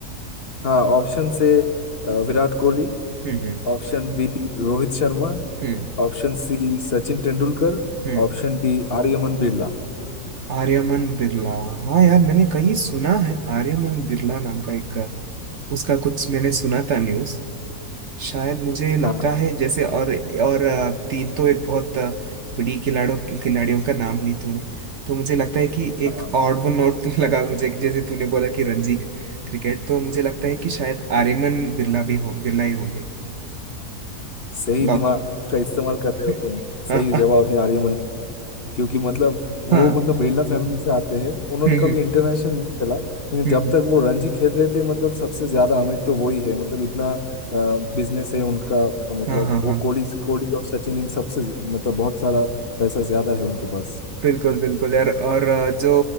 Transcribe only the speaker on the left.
हाँ ऑप्शन से अ, Virat Kohli
Option B Rohit Sharma
Option C Sachin Tendulkar
Option D Aryaman Birla
हाँ
हाँ
सही
दिमाग का इस्तेमाल कर
रहे हो तुम सही
जवाब है आर्यमन क्योंकि मतलब वो
मतलब बिरला फैमिली से आते हैं उन्होंने
कभी
इंटरनेशनल नहीं खेला लेकिन
जब
तक वो रणजी खेल रहे थे मतलब सबसे ज्यादा अमीर तो वही है मतलब इतना बिजनेस है उनका मतलब
वो कोहली कोहली और सचिन इन सबसे ज- मतलब बहुत सारा पैसा ज्यादा है उनके पास